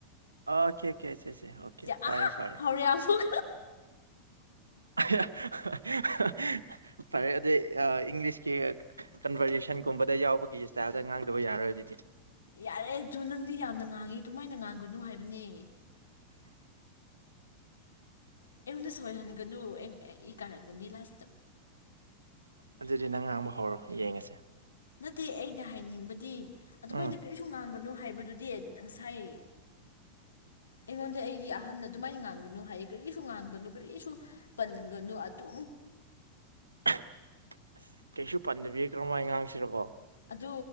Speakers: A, on the right; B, on the left.
A: ꯑꯣꯀꯦ ꯑꯣꯀꯦ ꯑꯣꯀꯦ
B: ꯑꯥ
A: ꯐꯔꯦ ꯐꯔꯦ
B: ꯍꯧꯔꯦ ꯑꯃꯨꯛ
A: <inaudible> ꯐꯔꯦ ꯑꯗꯨꯗꯩ ꯏꯪꯂꯤꯁꯀꯤ ꯀꯟꯚꯔꯖꯦꯁꯟꯒꯨꯝꯕꯗ ꯌꯥꯎꯕꯒꯤ ꯏꯁ꯭ꯇꯥꯏꯜꯗ ꯉꯥꯡꯗꯕ ꯌꯥꯔꯔꯣꯏ ꯑꯗꯨꯗꯤ
B: ꯌꯥꯔꯦ ꯅꯪꯗꯤ ꯌꯥꯝꯅ ꯉꯥꯡꯉꯤ ꯑꯗꯨꯃꯥꯏꯅ ꯉꯥꯡꯒꯅꯨ ꯨ ꯑꯗꯨ ꯍꯥꯏꯕꯅꯦ ꯑꯩꯉꯣꯟꯗ ꯁꯣꯏꯍꯟꯒꯅꯨ ꯑꯩ ꯏ ꯀꯥꯔꯛꯒꯅꯤ ꯂꯥꯁꯇ
A: ꯑꯗꯨꯗꯤ ꯅꯪ ꯉꯥꯡꯕ ꯍꯧꯔꯣ ꯌꯦꯡꯉꯁꯦ
B: ꯅꯠꯇꯦ ꯑꯩꯅ ꯍꯥꯏꯅꯤꯡꯕꯗꯤ ꯑꯗꯨꯃꯥꯏꯅ
A: ꯎꯝ
B: ꯀꯔꯤꯁꯨ ꯉꯥꯡꯕꯅꯣ ꯍꯥꯏꯕꯗꯨꯗꯤ ꯉꯁꯥꯏ ꯑꯩꯉꯣꯟꯗ ꯑꯩꯒꯤ ꯑꯍꯟꯅ ꯑꯗꯨꯃꯥꯏꯅ ꯉꯥꯡꯒꯅꯨ ꯍꯥꯏꯌꯦ ꯀꯔꯤꯁꯨ ꯉꯥꯡꯒꯅꯨ ꯀꯔꯤꯁꯨ ꯄꯟꯒꯅꯨ ꯑꯗꯨ
A: ꯑꯁ ꯀꯩꯁꯨ ꯄꯟꯗꯕꯤ ꯀ꯭ꯔꯃ ꯑꯩꯉꯥꯡꯁꯤꯔꯀꯣ
B: ꯑꯗꯨ